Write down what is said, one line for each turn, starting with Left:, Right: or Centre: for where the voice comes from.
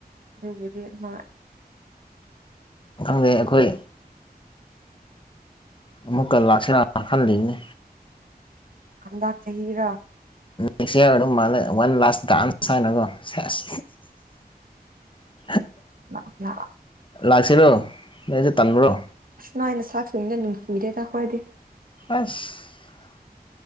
Right: ꯕꯨꯗꯤ ꯃꯥ
Left: ꯈꯪꯗꯩ ꯑꯩꯈꯣꯏ ꯑꯃꯨꯛꯀ ꯂꯥꯛꯁꯤꯔ ꯈꯜꯂꯤꯕꯅꯤ
Right: ꯀꯟꯗ ꯆꯍꯤꯔ
Left: ꯅꯦꯛꯁ ꯏꯌꯥꯔ ꯑꯗꯨꯝ ꯃꯥꯜꯂꯦ ꯋꯥꯟ ꯂꯥꯁ ꯗꯥꯟꯁ ꯍꯥꯏꯅꯀꯣ ꯁꯁ ꯑꯣ
Right: <unintelligible>
Left: ꯂꯥꯛꯁꯤꯔꯣ ꯅꯁꯦ ꯇꯟꯕ꯭ꯔꯣ
Right: ꯅꯥꯏꯩꯅ ꯆꯥꯛ ꯁꯅ ꯅꯨꯡꯁꯤꯔꯦ ꯇꯥꯈꯣꯏꯗꯤ
Left: ꯑꯁ